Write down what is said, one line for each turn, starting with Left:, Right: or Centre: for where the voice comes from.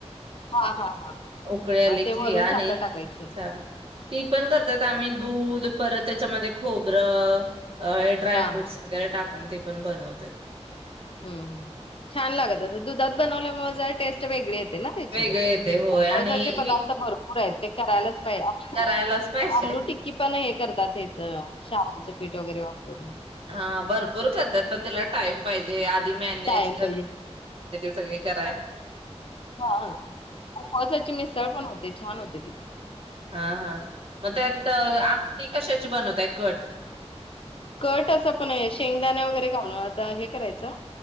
Left: हा हा हा
Right: उकळी आली
Left: आणि ते
Right: कि
Left: वरून
Right: आणि
Left: साखर टाकायची
Right: <unintelligible> ती पण करते. त्यात आम्ही दूध परत त्याच्यामध्ये खोबरं हेड्राय
Left: हा
Right: फ्रूटस
Left: हा
Right: वगैरे टाकून ते पण बनवते.
Left: हम्म! छान लागत अस दुधात बनवल्यामुळे जरा टेस्ट वेगळी येते.
Right: वेगळे येते होय
Left: उपवासाचे
Right: आणि
Left: जे पदार्थ
Right: वि-
Left: भरपूर आहेत, ते करायलाचं पाहिजे
Right: करायलाच पाहिजे.
Left: आलू टिक्की पण हे करतातच, ह्याच शाबुच. पीठ वगैरे वापरून
Right: हा भरपूर करतात, पण तेला टाईम पाहिजे. मँनेज
Left: टाइम पाहिजे
Right: <unintelligible> सगळी कराय
Left: हा उपवासाची मिसळ पण होते, छान होते ती.
Right: हा हा मग त्यात आपती कशाची बनवतात. <unintelligible>
Left: कट असं पण शेंगदाणे वगैरे घालून आता हे करायचं,